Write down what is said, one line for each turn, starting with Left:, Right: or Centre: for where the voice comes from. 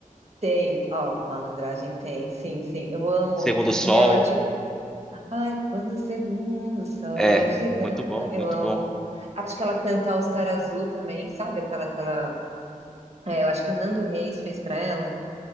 Right: Tem, ó, malandragem tem, sim, sim, eu amo.
Centre: Segundo o Sol,
Right: E ela, tipo, Ai, quando o segundo sol
Centre: é,
Right: chegar,
Centre: muito bom,
Right: eu
Centre: muito
Right: amo.
Centre: bom.
Right: Acho que ela canta All Star Azul também, sabe? Aquela, aquela. É, eu acho que o Nando Reis fez pra ela.